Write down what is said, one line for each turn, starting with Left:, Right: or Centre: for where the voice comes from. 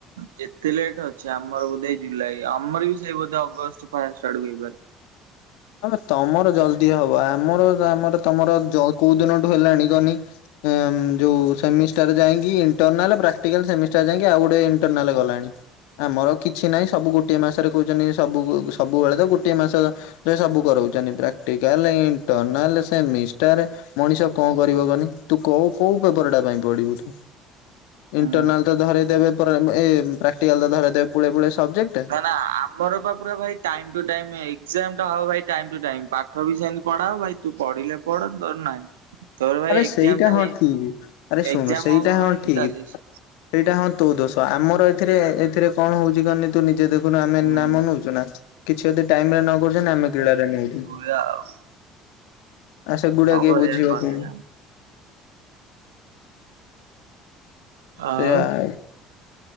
Right: ଯେ ଏତେ ଲେଟ ଅଛି ଆମର ବୋଧେ ଏଇ ଜୁଲାଇ ଆମର ବି ସେଇ ବୋଧେ ଅଗଷ୍ଟ ଫାଷ୍ଟ୍ ଆଡକୁ ହେଇପାରେ।
Left: ଆବେ ତମର ଜଲଦି ହବ ଆମର ଆମର ତମର ଯ କୋଉ ଦିନଠୁ ହେଲାଣି କହନି। ଆଁମ୍ ଯୋଉ ସେମିଷ୍ଟାର୍ ଯାଇକି ଇଣ୍ଟରନାଲ୍ ପ୍ରାଟିକାଲ୍ ସେମିଷ୍ଟାର୍ ଯାଇକି ଆଉ ଗୋଟେ ଇଣ୍ଟରନାଲ୍ ଗଲାଣି। ଆମର ଆଉ କିଛି ନାହିଁ ସବୁ ଗୋଟିଏ ମାସରେ କୋହୁଚନ୍ତି ସବୁକୁ ସବୁବେଳେ ତ ଗୋଟିଏ ମାସ ଯ ସବୁ କରୋଉଚନ୍ତି ପ୍ରାକ୍ଟିକାଲ, ଇଣ୍ଟର୍ନାଲ, ସେମିଷ୍ଟାର୍। ମଣିଷ କଣ କରିବ କହନି ତୁ କୋଉ କୋଉ ପେପରଟା ପାଇଁ ପଢିବୁ ତୁ। ଇଣ୍ଟରନାଲ୍
Right: ହୁଁ।
Left: ତ ଧରେଇଦେବେ ପରେ ଏ ପ୍ରାକ୍ଟିକାଲ ତ ଧରେଇଦେବେ ପୁଳେପୁଳେ ସବଜେକ୍ଟ।
Right: ନା ନା ଆମର ପା ପୁରା ଭାଇ ଟାଇମ୍ ଟୁ ଟାଇମ ଏଗ ଏଗଜାମଟା ହବ ଭାଇ ଟାଇମ୍ ଟୁ ଟାଇମ୍ ପାଠ ବି ସେମିତି ପଢା ହବ ଭାଇ ତୁ ପଢିଲେ ପଢ ଦର ନାହିଁ। ତୋର ଭାଇ
Left: ଆରେ ସେଇଟା
Right: ଏକ୍ଜାମ ଟା
Left: ହଁ
Right: ହେଇ
Left: ଠିକି ଆରେ ଶୁଣୁ
Right: ଏକ୍ଜାମ
Left: ସେଇଟା
Right: ହବ
Left: ହଁ
Right: ଏଇତ
Left: ଠିକି।
Right: ଚାଲିଛି।
Left: ସେଇଟା ହଁ ତୋ ଦୋଶ ଆମର ଏଥିରେ ଏଥିରେ କଣ ହୋଉଚି କନି ତୁ ନି ଜେ ଦେଖୁନୁ ଆମେ
Right: ହୁଁ
Left: ନାମ ନୋଉଚୁ ନା କିଛି ଯଦି ଟାଇମରେ ନ କରୁଚନ୍ତି ଆମେ କିଳାଟା ନୋଉ ଏଇଠି।
Right: ଟା ଆଉ
Left: ଆଉ ସେଗୁଡା
Right: କଣ
Left: କିଏ
Right: କରିବା
Left: ବୁଝିବକି?
Right: କଲେଜ ଆଉ
Left: ସେୟା ଆ